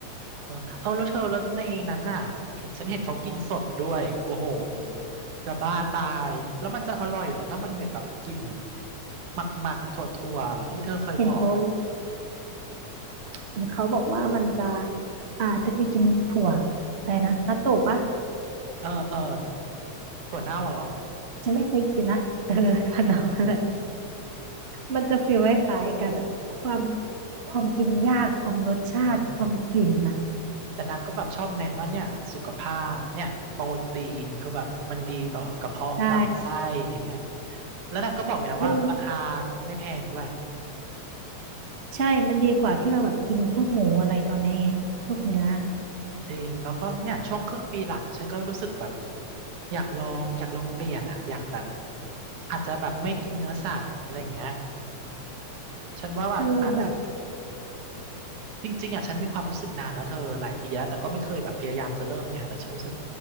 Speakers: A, on the right (about 80°); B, on the right (about 45°).
A: เออเอาแล้วเธอแล้วในนั้นน่ะเห็นฉันเห็นเขากินสดด้วย โอ้โห จะบ้าตาย แล้วมันจะอร่อยเหรอ ถ้ามันเหมือนแบบกลิ่นหมักหมักถั่วถั่วๆเหมือนที่เธอเคยบอกอ่ะ
B: เห็นเขาเห็นเขาบอกว่ามันจะอ่าเธอเคยกินถั่วอะไรนะนัตโตะปะ
A: เออเออถั่วเน่าอะเหรอ
B: ฉันไม่เคยกินนะเออพนมอะไร
A: เออ
B: มันจะฟีลคล้ายๆกันอะความความกินยากความรสชาติความกลิ่นอ่ะ
A: เออแต่นางก็แบบชอบเน้นว่าเนี่ยสุขภาพเนี่ยโปรตีนคือแบบมันดีต่อกระเพาะลำไส้อะไรเงี้ย
B: ใช่
A: แล้วนางก็บอกอีกนะว่าราคา
B: มัน
A: ไม่แพงด้วย
B: ใช่มันดีกว่าที่เราแบบกินพวกหมูอะไรตอนเนี้ยไงพวกเนื้อ
A: จริงแล้วก็เนี่ยช่วงครึ่งปีหลังฉันก็รู้สึกแบบอยากลองอยากลองเปลี่ยนอ่ะอยากแบบอาจจะแบบไม่กินเนื้อสัตว์อะไรอย่างเงี้ยฉันว่าแบบอาจ
B: เธอแบบ
A: จริงๆอ่ะฉันมีความรู้สึกนานแล้วเธอหลายปีแล้วแต่ก็ไม่เคยแบบพยายามจะเริ่มเนี่ยแต่ฉันรู้สึก